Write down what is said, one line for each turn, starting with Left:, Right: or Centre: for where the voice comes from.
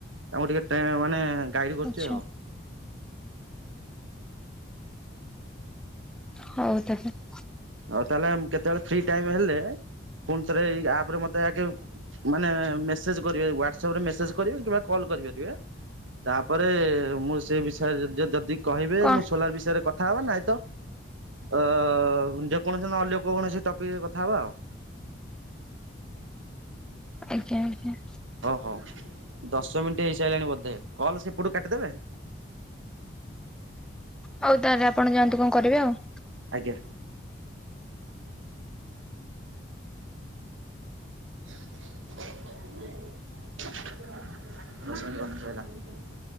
Right: ତାଙ୍କୁ ଟିକେ ମାନେ ଗାଇଡ କରୁଛି
Centre: ଆଚ୍ଛା
Right: ଆଉ।
Centre: ହଉ। <unintelligible>
Right: ହଉ, ତାହେଲେ କେତେବେଳେ ଫ୍ରି ଟାଇମ ହେଲେ ପୁଣି ଥରେ ଏଇ ଆପରେ ମତେ ଆଗେ ମାନେ, ମେସେଜ୍ କରିବେ, ହ୍ୱଟ୍ସଆପ୍ ରେ ମେସେଜ୍ କରିବେ କିମ୍ବା କଲ୍ କରିପାରିବେ। ତାପରେ ମୁଁ ସେଇ ବିଷୟରେ ଯଦି କହିବେ,
Centre: କଣ
Right: ମୁଁ ସୋଲାର ବିଷୟରେ କଥା ହେବା ନାଇଁ ତ? ଅ ଯେକୌଣସି ନ ହେଲେ ଅନ୍ୟ କୌଣସି ଟପିକ୍ ରେ କଥା ହବା ଆଉ।
Centre: ଆଜ୍ଞା ଆଜ୍ଞା।
Right: ଓହୋ, ଦଶ ମିନିଟ୍ ହେଇସାରିଲାଣି ବୋଧେ। କଲ୍ ସେପଟୁ କାଟିଦେବେ।
Centre: ହଉ, ତାହେଲେ ଆପଣ ଯାଆନ୍ତୁ। କଣ କରିବେ ଆଉ?
Right: ଆଜ୍ଞା। <inaudible>